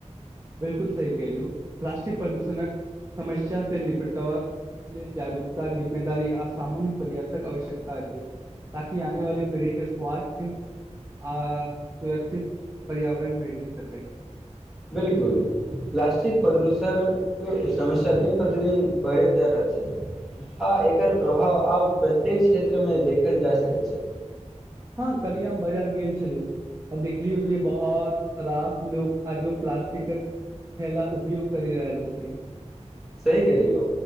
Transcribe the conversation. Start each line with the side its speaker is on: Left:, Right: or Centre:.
Right: बिल्कुल सही कहलियौ प्ला्टिक प्रदूषणक समस्या से निपटब लेल जागरूकता जिम्मेदारी आ सामूहिक पर्यासक आवश्यकता अछि। ताकि आने वाली पीढ़ी के स्वास्थ्य आ सुरक्षित पर्यावरण भेटि सकै।
Centre: बिल्कुल प्लास्टिक प्रदूषणके समस्या दिन-प्रतिदिन बढ़ैत जा रहल छै। आ एकर प्रभाव आब प्रत्येक क्षेत्रमे देखल जा सकैत छै।
Right: हँ कल ही हम बाजार गेल छलहुँ आ देखलियौ जे बहुत रास लोक आजो प्लस्टिक ैला उपयोग कर रहल छथि।
Centre: सह के लियौ